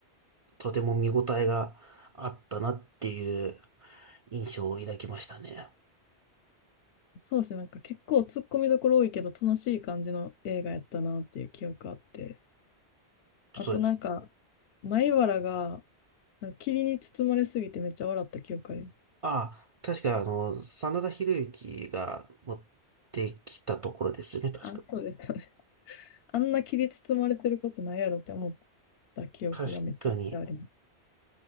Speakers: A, on the right; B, on the left.
A: とても見応えがあったなっていう印象を抱きましたね。
B: そうですね。なんか結構突っ込みどころ多いけど楽しい感じの映画やったなっていう記憶あって。
A: そうです。
B: あとなんか、米原がなんか霧に包まれすぎてめっちゃ笑った記憶あります。
A: ああ、確かあの、真田広之が持ってきたところですよね、確か。
B: あ、そうです。あんな霧包まれてることないやろって思った記憶がめちゃくちゃあります。
A: 確かに。